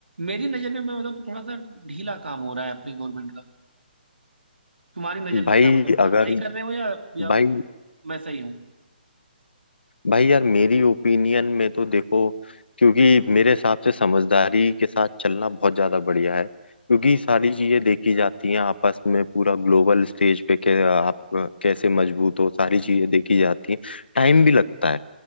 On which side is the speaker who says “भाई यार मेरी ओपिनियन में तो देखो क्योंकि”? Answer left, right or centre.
Left